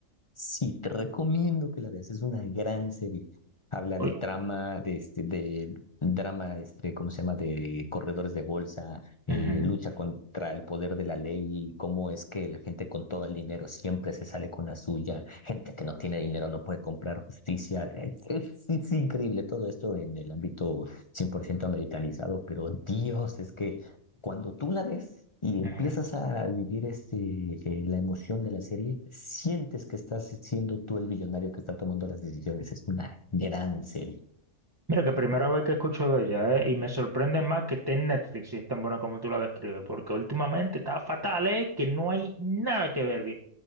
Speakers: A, on the left; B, on the right.
A: Sí, te recomiendo que la veas. Es una gran serie. Habla
B: Oye.
A: de trama, de este, de drama, este, ¿cómo se llama? De corredores de bolsa, eh,
B: Ujú,
A: lucha contra el poder de la ley y cómo es que la gente con todo el dinero siempre se sale con la suya. Gente que no tiene dinero no puede comprar justicia. Es, es- es increíble todo esto en el ámbito 100% americanizado, pero Dios, es que cuando tú la ves y empiezas
B: ujú.
A: a vivir este, eh, la emoción de la serie, sientes que estás siendo tú el billonario que está tomando las decisiones. Es una gran serie.
B: Mira, que primera vez que escucho de ella, ¿eh? Y me sorprende más que esté en Netflix y es tan buena como tú la describes, porque últimamente está fatal, ¿eh? Que no hay nada que ver,